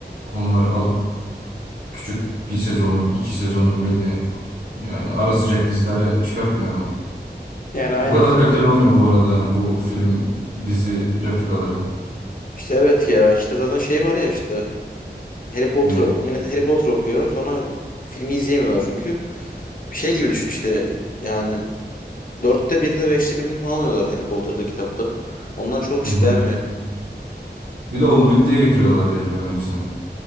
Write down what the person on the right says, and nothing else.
konuları alıp küçük bir sezonluk, iki sezonluk mini yani ara sıcak diziler çıkartmıyor mu?
Bu kadar kaliteli olmuyor bu arada bu film dizi replikaları.
Ne?
Hı hı.
Bir de oldu bittiye getiriyorlar diye biliyorum hepsini.